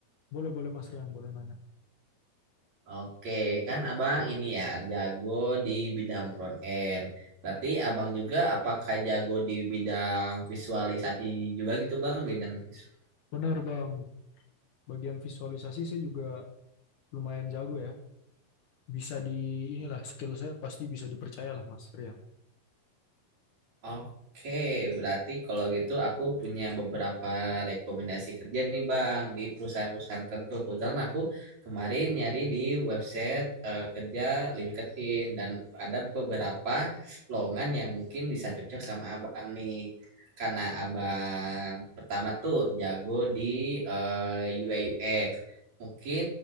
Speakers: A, on the left; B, on the right.
A: Boleh, boleh Mas Rian, boleh nanya.
B: Oke, kan abang ini ya jago di bidang front end. Berarti abang juga apakah jago di bidang visualisasi juga gitu bang? Bidang vis-
A: Benar Bang, bagian visualisasi saya juga lumayan jago ya. Bisa di, inilah skill saya pasti bisa dipercaya lah Mas Rian.
B: Oke, berarti kalau gitu aku punya beberapa rekomendasi kerja nih Bang di perusahaan-perusahaan tertentu. Kebetulan aku kemarin nyari di website eh, kerja LinkedIn dan ada beberapa lowongan yang mungkin bisa cocok sama Abang nih. Karena Abang pertama tuh jago di eh, UI UX. Mungkin